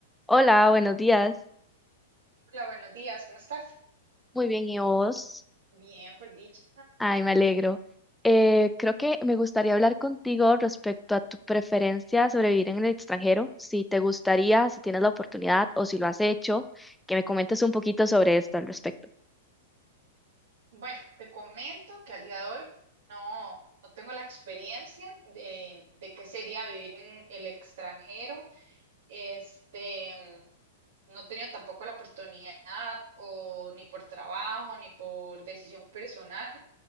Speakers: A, in the centre; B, on the right.
A: Hola, buenos días.
B: Hola, buenos días, ¿cómo estás?
A: Muy bien, ¿y vos?
B: Bien, por dicha.
A: Ay, me alegro. Eh, creo que me gustaría hablar contigo respecto a tu preferencia sobre vivir en el extranjero, si te gustaría, si tienes la oportunidad o si lo has hecho, que me comentes un poquito sobre esto al respecto.
B: Bueno, te comento que al día de hoy no, no tengo la experiencia de, de qué sería vivir en el extranjero. Este, mm, no he tenido tampoco la oportunidad o ni por trabajo ni por decisión personal.